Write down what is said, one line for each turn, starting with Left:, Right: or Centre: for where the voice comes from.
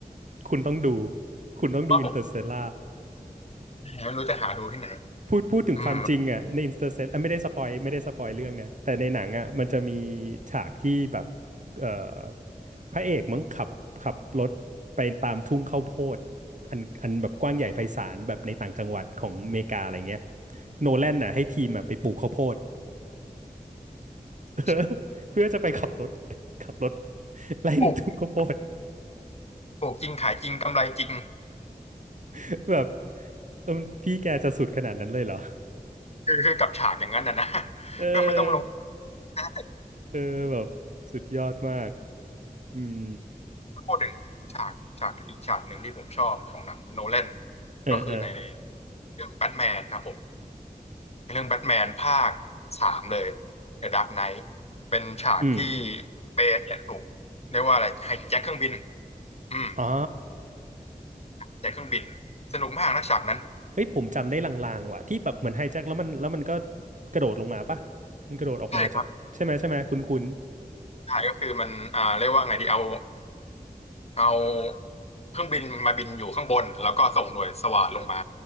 Right: คุณต้องดูคุณต้องดูอินเตอร์สเตลล่า
Left: ว่าผมไม่รู้จะหาดูที่ไหน
Right: พูดพูดถึงความจริงอ่ะในอินเตอร์เซอ่ะไม่ได้สปอยไม่ได้สปอยเรื่องนะแต่ในหนังอ่ะมันจะมี
Left: อืม
Right: ฉากที่แบบเอ่อพระเอกมั้งขับขับรถไปตามทุ่งข้าวโพดอันอันแบบกว้างใหญ่ไพศาลแบบในต่างจังหวัดของอเมริกาอะไรเงี้ยโนแลนน่ะให้ทีมอ่ะไปปลูกข้าวโพด <laughs>
Left: ใช่
Right: เพื่อจะไปขับรถขับรถไล่ในทุ่งข้าวโพด
Left: ปลูกปลูกจริงขายจริงกำไรจริง
Right: <laughs> แบบเออพี่แกจะสุดขนาดนั้นเลยเหรอ
Left: คือคือกับฉากอย่างนั้นนะนะ <laughs>
Right: เอ
Left: ก็ไม่ต้องลง
Right: อ
Left: ได้
Right: เออแบบสุดยอดมากอืม
Left: พูดถึงฉากฉากอีกฉากหนึ่งที่ผมชอบของหนังโนแลน
Right: เออเออ
Left: ก็คือในเรื่องแบทแมนครับผมในเรื่องแบทแมนภาคสามเลย The Dark Knight เป็นฉากที่
Right: อืม
Left: เบนเนี่ยถูกเรียกว่าอะไรไฮแจ็คเครื่องบินอืม
Right: อ๋อ
Left: แจ็คเครื่องบินสนุกมากนะฉากนั้น
Right: เฮ้ยผมจำได้ลางๆว่ะที่แบบเหมือนไฮแจ็คแล้วมันแล้วมันก็กระโดดลงมาปะมันกระโดดออกมาจากใช่ไหมใช่ไหมคุณคุณ
Left: ใช่ครับใช่ก็คือมันอ่าเรียกว่าไงดีเอา เอาเครื่องบินมาบินอยู่ข้างบนแล้วก็ส่งหน่วยสวาทลงมา